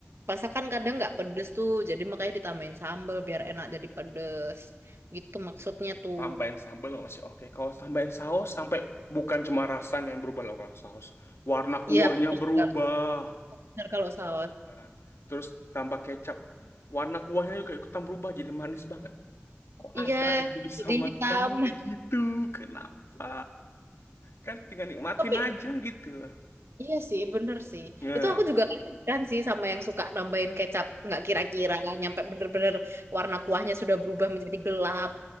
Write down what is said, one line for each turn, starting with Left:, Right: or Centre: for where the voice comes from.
Right: masakan kadang nggak pedes tuh jadi makanya ditambahin sambal biar enak jadi pedes gitu maksudnya tuh
Left: tambahin sambal masih oke kalau tambahin saus sampai bukan cuma rasanya yang berubah loh kalau saus warna kuahnya
Right: iya bener
Left: berubah
Right: sih, kalau bener kalau saus
Left: Nah, terus tambah kecap warna kuahnya juga ikutan berubah jadi manis banget Kok
Right: iya
Left: ada yang bisa
Right: jadi
Left: makan
Right: hitam
Left: yang begitu? Kenapa? Kan tinggal nikmatin
Right: <laughs> tapi
Left: aja gitu.
Right: iya sih bener sih
Left: Nah,
Right: itu aku
Left: <laughs>
Right: juga kan sih sama yang suka nambahin kecap nggak kira-kira nyampe bener-bener warna kuahnya sudah berubah menjadi gelap